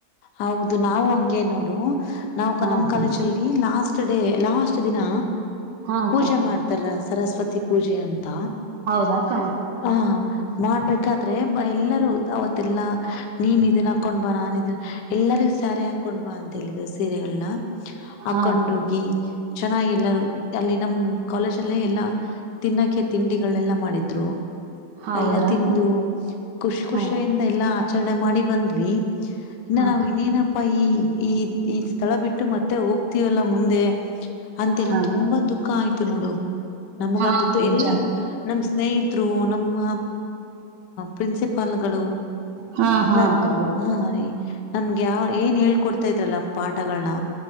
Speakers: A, on the left (about 70°); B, on the right (about 70°).
A: ಹೌದು ನಾವು ಹಂಗೆ ನೋಡು ನಾವು
B: ಹಾ
A: ನಮ್
B: ಅಕ್ಕ
A: ಕಾಲೇಜ ಅಲ್ಲಿ ಲಾಸ್ ಲಾಸ್ಟ್ ಡೇ ಲಾಸ್ಟ್ ದಿನ
B: ಹಾ ಅಕ್ಕ
A: ಪೂಜೆ ಮಾಡ್ತಾರ ಸರಸ್ವತಿ ಪೂಜೆ ಅಂತ
B: ಹೌದಾಕ್ಕ
A: ಹ ಮಾಡ್ಬೇಕಾದ್ರೆ ಎಲ್ಲರೂ ಅವತ್ತೆಲ್ಲಾ ನೀನ್ ಇದನ್ ಹಾಕೊಂಡ್ ಬಾ ನಾನನ್ ಇದನ್ ಎಲ್ಲರಿಗ ಸಾರಿ ಹಾಕೊಂಡ್ ಬಾ ಅಂತ ಹೇಳಿದ್ ಸೀರೆಗಳನ್ನ ಹಾಕೊಂಡೋಗಿ
B: ಹಾ ಅಕ್ಕ
A: ಚೆನ್ನಾಗಿ ಎಲ್ಲಾರು ಅಲ್ಲಿ ನಮ ಕಾಲೇಜ ಅಲ್ಲೇ ಎಲ್ಲಾ ತಿನ್ನಕ್ಕೆೆ ತಿಂಡಿಗಳೆಲ್ಲ ಮಾಡಿದ್ರು
B: ಹೌದ್ರಾ
A: ಎಲ್ಲ ತಿಂದು
B: ಅಕ್ಕ
A: ಖುಷ್ ಖುಷಿಯಿಂದ
B: ಹಾ
A: ಎಲ್ಲಾ ಆಚರಣೆ ಮಾಡಿ ಬಂದ್ವಿ ಇನ್ನು
B: ಹಾ
A: ನಾವವು
B: ಅಕ್ಕ
A: ಇನ್ನೇನಪ್ಪಾ ಈ ಈ ಈ ಸ್ಥಳ ಬಿಟ್ಟು ಮತ್ತೆ ಹೋಗ್ತವಲ್ಲ ಮುಂದೆ ಅಂತೇಳಿ
B: ಹಾ
A: ತುಂಬಾ ದುಃಖ ಆಯ್ತು ನೋಡು ನಮಗಂತತ್ತುು
B: ಹಾ ನಿಜ
A: ಎಲ್ಲಾರೂ ನಮ ಸ್ನೇಹಿತರು ನಮ್ಮ ಪ್ರಿನ್ಸಿಪಾಲ್ಗಳು
B: ಹಾ ಹಾ
A: ಇ
B: ಅಕ್ಕ ಹೌದಕ್ಕ
A: ಹಾ ರೀ ನಮ್ಗೆ ಯಾವ ಏನ್ ಹೇಳ್ಕೊಡ್ತಾ ಇದ್ರಲ್ಲ ಪಾಠಗಳನ್ನ